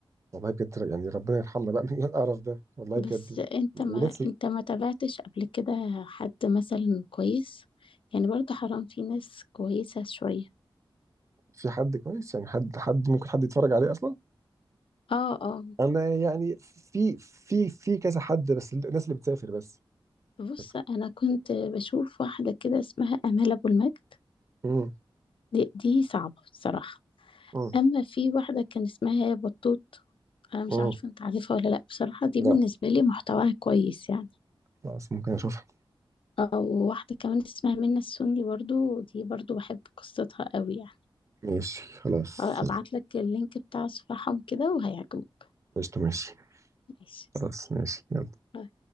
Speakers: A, on the right; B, on the left.
A: والله بجد يعني ربنا يرحمنا بقى <laughs> من القرف ده والله
B: بس
A: بجد
B: انت ما
A: ونفسي
B: انت ما تابعتش قبل كده حد مثلا كويس يعني برضه حرام في ناس كويسة شوية
A: في حد كويس يعني حد حد ممكن حد يتفرج عليه اصلا
B: اه اه
A: انا يعني في في في كذا حد بس الناس اللي بتسافر بس
B: بص
A: بس
B: انا كنت بشوف واحدة كده اسمها امال ابو المجد
A: امم
B: دي, دي صعبة بصراحة
A: امم
B: اما في واحدة كان اسمها بطوط انا مش
A: امم
B: عارفة انت عارفها ولا لا بصراحة دي
A: لا
B: بالنسبة لي محتواها كويس يعني
A: خلاص ممكن اشوفها
B: اه وواحدة كمان اسمها منى السني برضو دي برضو بحب قصتها قوي يعني
A: ماشي خلاص
B: ابعت لك اللينك بتاع صفحهم كده وهيعجبك
A: قشطة ماشي
B: ماشي
A: خلاص ماشي يلا
B: آه،